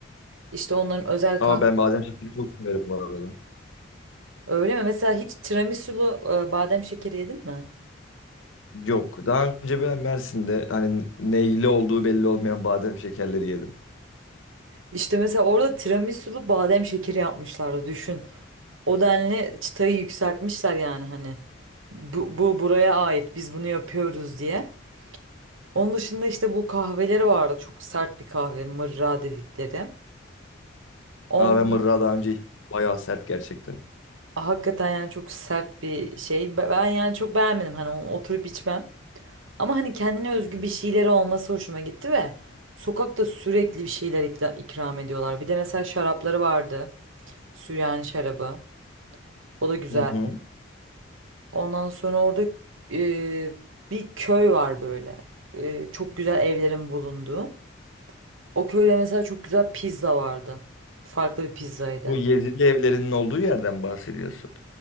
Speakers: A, on the right; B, on the left.
A: işte onların özel
B: Aa
A: kahve
B: ben Bademşehir'i çok severim bu arada.
A: Öyle mi? Mesela hiç tiramisulu e, badem şekeri yedin mi?
B: Yok. Daha önce ben Mersin'de hani neyli olduğu belli olmayan badem şekerleri yedim.
A: İşte mesela orada tiramisulu badem şekeri yapmışlardı düşün. O denli çıtayı yükseltmişler yani hani. Bu, bu buraya ait biz bunu yapıyoruz diye. Onun dışında işte bu kahveleri vardı. Çok sert bir kahve mırra dedikleri. On,
B: Aa ben mırra daha önce hiç- bayağı sert gerçekten.
A: hakikaten yani çok sert bir şey. Ben ben yani çok beğenmedim. Hani onu oturup içmem. Ama hani kendine özgü bir şeyleri olması hoşuma gitti ve sokakta sürekli bir şeyler ikla- ikram ediyorlar. Bir de mesela şarapları vardı. Süryani şarabı. O da güzel.
B: Hı hı.
A: Ondan sonra orada e, bir köy var böyle. E, çok güzel evlerin bulunduğu. O köyde mesela çok güzel pizza vardı. Farklı bir pizzaydı.
B: Bu Yezidi evlerinin olduğu yerden bahsediyorsun.